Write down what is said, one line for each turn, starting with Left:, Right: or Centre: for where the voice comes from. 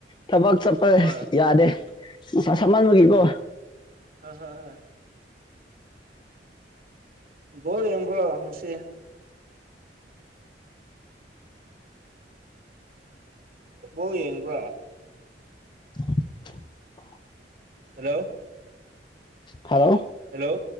Left: ꯊꯕꯛ ꯆꯠꯄ
Right: ꯍꯣꯏ
Left: ꯌꯥꯗꯦ ꯁ ꯁꯃꯜ ꯃꯒꯤꯀꯣ
Right: ꯎꯝ ꯍꯣꯏ ꯍꯣꯏ ꯍꯣꯏ ꯣꯜꯕ꯭ꯔꯣꯅꯨꯡꯁꯤ ꯣ ꯌꯦꯡꯕ꯭ꯔꯣ
Left: <unintelligible>
Right: ꯍꯜꯂꯣ
Left: ꯍꯜꯂꯣ
Right: ꯍꯜꯂꯣ